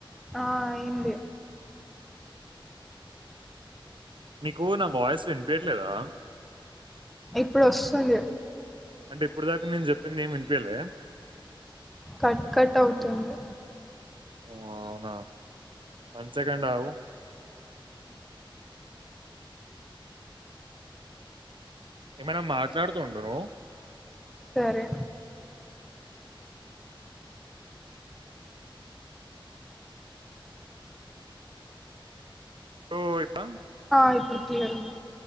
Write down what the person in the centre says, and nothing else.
ఆ అయింది
ఇప్పుడు వస్తుంది
కట్ కట్ అవుతుంది
సరే
ఆ ఇప్పుడు క్లియర్ ఉంది